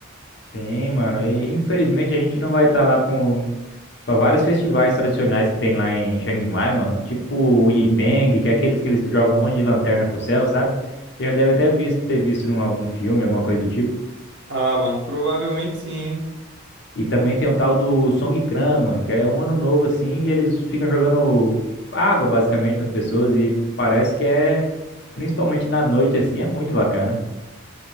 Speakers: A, on the left (about 55°); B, on the right (about 60°).
A: Sim, mano. E infelizmente a gente não vai estar lá para vários festivais tradicionais que tem lá em Chiang Mai, mano. Tipo o Yipeng, que é aqueles que eles jogam um monte de lanterna pro céu, sabe? Você já deve até visto, ter visto em algum filme, alguma coisa do tipo.
B: Ah, mano, provavelmente sim.
A: E também tem o tal do Songkran, mano, que é um ano novo assim, e eles ficam jogando água basicamente nas pessoas e parece que é, principalmente na noite assim, é muito bacana.